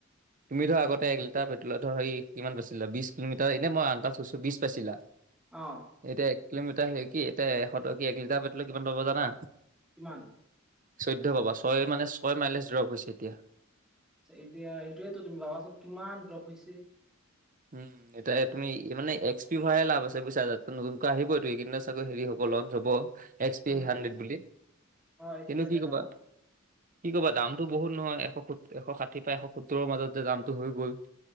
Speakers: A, on the right (about 40°); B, in the centre.
A: তুমি ধৰা আগতে, এক লিটাৰ পেট্ৰলত ধৰ সেই কিমান পাইছিলা বিশ কিলোমিটাৰ এনে মই অন্তাজ কৈছোঁ, বিছ পাইছিলা।
B: অ'।
A: এতিয়া, এক কিলোমিটাৰ হেৰি কি, এতিয়া এশ টকীয়া এক লিটাৰ পেট্ৰ'লে কিমান পাব জানা।
B: কিমান?
A: চৈধ্য পাবা। ছয় মানে, ছয় মাইলেছ ড্ৰ'প হৈছে এতিয়া।
B: এতিয়া, সেইটোয়ো তুমি ভাবাচোন কিমান ড্ৰপ হৈছে।
A: উম। এতিয়া তুমি মানে, এক্স পি ভৰাই লাভ আছে বুজিছা, নতুনকৈ আহিবই এইকেইদিনত চাগৈ হেৰি হ'ব লঞ্চ হ'ব। এক্স পি
B: উম
A: হাণ্ড্ৰেড বুলি,
B: অ এইচ
A: কিন্তু
B: থ্ৰী হাণ্ড্ৰেড
A: কি ক'বা
B: অ
A: কি ক'বা, দামটো বহুত নহয় এশ এশ ষাঠি পৰা এশ সত্তৰৰ মাজত যে দামটো হৈ গ'ল।